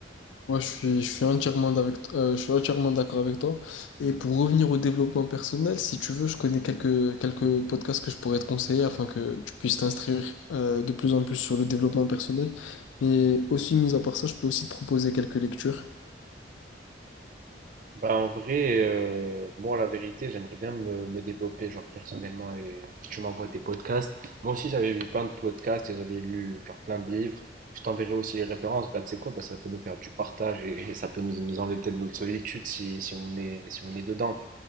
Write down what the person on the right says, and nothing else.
Bah en vrai, euh, moi la vérité, j'aimerais bien me, me développer genre personnellement et tu m'envoies tes podcasts. Moi aussi j'avais vu plein de podcasts et j'avais lu genre plein de livres. Je t'enverrai aussi les références. Bah tu sais quoi, bah, ça peut nous faire du partage et, et ça peut nous, nous enlever peut-être notre solitude si, si on est, si on est dedans.